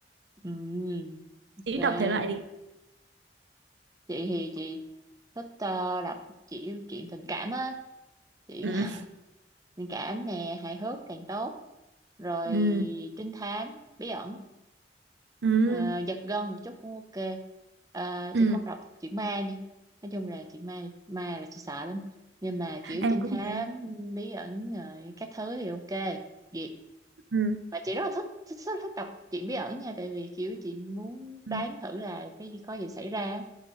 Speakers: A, on the right; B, on the right.
A: ừ, ok.
B: chỉ đọc thể loại gì
A: Chị thì chị thích ờ, đọc chị chuyện tình cảm á. Chuyện
B: ừ.
A: <laughs> tình cảm nè, hài hước càng tốt. Rồi
B: Ừ.
A: trinh thám, bí ẩn,
B: Ừ.
A: ờ, giật gân một chút cũng ok. Ờ,
B: Ừ.
A: chị không đọc chuyện ma nha. Nói chung là chuyện ma, ma là chị sợ lắm. Nhưng mà kiểu
B: em
A: trinh
B: cũng
A: thám,
B: thế
A: bí ẩn, rồi các thứ thì ok. Duyệt.
B: ừ.
A: mà chị rất là thích thích rất là thích đọc truyện bí ẩn nha tại vì kiểu chị muốn
B: Ừ.
A: đoán thử là cái gì có gì xảy ra